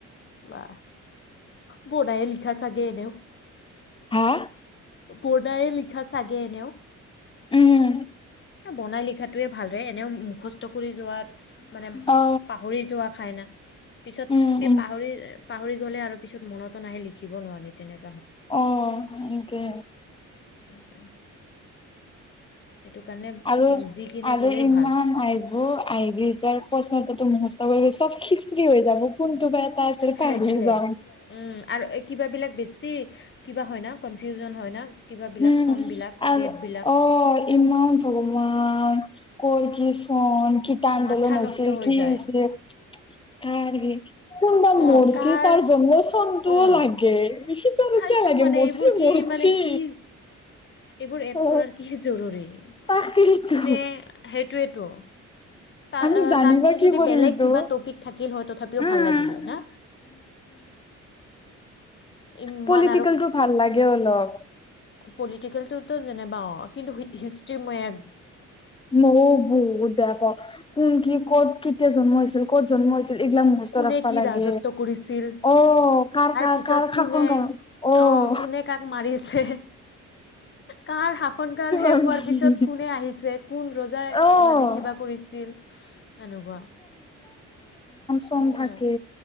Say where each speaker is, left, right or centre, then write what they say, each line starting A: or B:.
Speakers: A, on the left; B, on the left.
A: বাহ! বনাই লিখা চাগ এ <unintelligible>
B: হাঁ
A: বনায়ে লিখা চাগে এনেও!
B: উম
A: এ বনাই লিখাটোৱে ভাল দে, এনেও মুখস্থ কৰি যোৱাত মানে
B: অ
A: পাহৰি যোৱা খাইনা পিছত,
B: উম
A: সেই
B: উম
A: পাহৰি পাহৰি গ'লে আৰু পিছত মনতো নাহে লিখিব নোৱাৰি, তেনেক
B: অ', সেনকে।
A: <inaudible> সেইটো কাৰণে
B: আৰু,
A: বুজি কিনে
B: আৰু
A: গ'লেই
B: ইমান
A: ভাল
B: আইব, আইলে এতিয়া প্ৰশ্নটোকে মুখস্থ কৰিছ চব খিচৰি হৈ যাব <unintelligible>
A: সেইটোৱে
B: পাহৰি যাওঁ।
A: আৰু কিবাবিলাক বেছি, কিবা হয় না, কনফিউজন হয় না কিবাবিলাক
B: উম,
A: চনবিলাক
B: আৰু,
A: ডেটবিলাক
B: অ', ইমান জমা! ক'ৰ কি চন! কিতা আন্দোলন
A: মাথা
B: হৈছিল,
A: নষ্ট হৈ
B: কি
A: যায়
B: হৈছিলে <inaudible> কোনবা
A: অঁ
B: মৰছি
A: কাৰ
B: তাৰ জন্মস্হানটোও
A: অঁ
B: লাগে, <unintelligible>
A: ফাল্টু
B: কিয় লাগে,
A: মানে
B: মৰছি
A: এইবোৰ
B: মৰছি
A: কি মানে কি এইবোৰ এড
B: অ
A: কৰাৰ কি জৰুৰী?
B: তাকেইতো
A: কোনে, সেইটোৱেইতো। তাৰ,
B: আমি
A: অ,
B: জানিবা
A: তাতকে
B: কি
A: যদি
B: কৰিম
A: বেলেগ
B: এইটো
A: কিবা টপিক থাকিল হয়, তথাপিও
B: উম
A: ভাল লাগিল হয় না? ইমান
B: পলিটিকেলতটো
A: আৰু
B: ভাল লাগে অলপ।
A: পলিটিকেলটোতো যেনেবা অ', কিন্তু হিষ্ট্ৰী মই এক
B: মইও বহুত বেয়া পাওঁ। কোন কি ক'ত কেতিয়া জন্ম হৈছিল ক'ত জন্ম হৈছিল এই বিলাক মুখস্থ
A: কোনে
B: ৰাখিব
A: কি
B: লাগে।
A: ৰাজত্ব কৰিছিল
B: অঔ কাৰ কাৰ
A: পিছত
B: কাৰ শাসন
A: কোনে
B: কালত অঔ
A: অঁ কোনে কাক মাৰিছে কাৰ শাসনকাল শেষ
B: আমি
A: হোৱাৰ পিছত কোনে আহিছে, কোন ৰজাই
B: অ
A: মানে কিবা কৰিছিল এনেকুৱা।
B: কম
A: অঁ
B: থাকে।